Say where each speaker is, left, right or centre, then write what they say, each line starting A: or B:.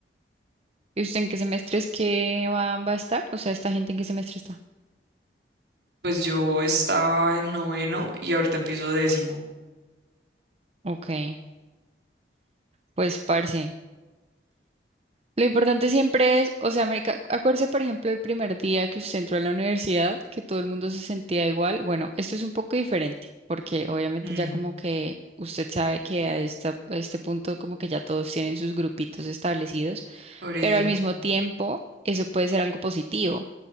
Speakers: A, on the right; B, on the right.
A: ¿Y usted en qué semestre es? que va, va a estar? O sea, ¿esta gente en qué semestre está?
B: Pues yo estaba en noveno y ahorita empiezo décimo.
A: Ok, pues parce. Lo importante siempre es, o sea, marica, acuérdese, por ejemplo, el primer día que usted entró a la universidad, que todo el mundo se sentía igual. Bueno, esto es un poco diferente, porque obviamente
B: Mm,
A: ya como que usted sabe que a, esta- a este punto como que ya todos tienen sus grupitos establecidos,
B: por eso.
A: pero al mismo tiempo eso puede ser algo positivo.